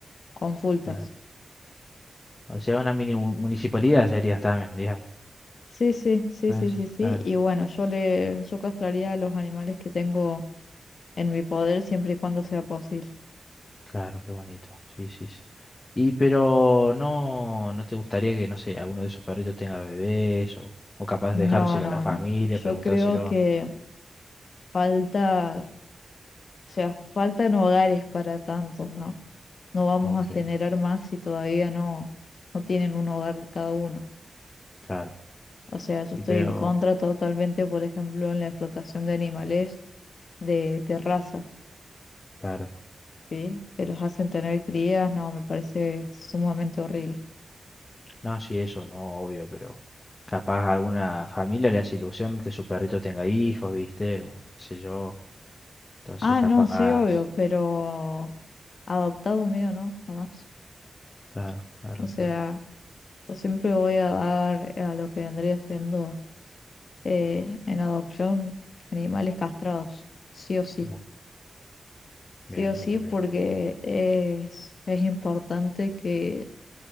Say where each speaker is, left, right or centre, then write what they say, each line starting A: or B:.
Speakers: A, on the left; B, on the left.
A: consultas.
B: claro. O sea, una mini mu- municipalidad sería también, digamos.
A: Sí, sí, sí,
B: Ah,
A: sí,
B: sí,
A: sí, sí.
B: claro,
A: Y bueno, yo le, yo castraría a los animales que tengo en mi poder siempre y cuando sea posible.
B: claro, qué bonito. Sí, sí, sí. Y pero no, no te gustaría que, no sé, alguno de esos perritos tenga bebés o, o capaz
A: No,
B: dejárselo
A: no,
B: a la familia,
A: no. Yo
B: preguntárselo.
A: creo que falta, o sea, faltan hogares para tantos, ¿no? no vamos
B: Ok,
A: a generar más si todavía no, no tienen un hogar cada uno.
B: claro.
A: O sea, yo
B: Y
A: estoy
B: pero,
A: en contra totalmente, por ejemplo, en la explotación de animales de, de raza,
B: claro.
A: ¿sí? Que los hacen tener crías, no, me parece sumamente horrible.
B: No, sí, eso no, obvio, pero capaz a alguna familia le hace ilusión que su perrito tenga hijos, ¿viste? O qué sé yo. Entonces,
A: Ah,
B: capaz.
A: no, sí, obvio, pero adoptado mío, no, jamás.
B: Claro, claro,
A: O sea,
B: claro.
A: yo siempre voy a dar a lo que vendría siendo eh, en adopción animales castrados, sí o sí.
B: No,
A: sí
B: Bien,
A: o sí,
B: bien, bien.
A: porque es, es importante que,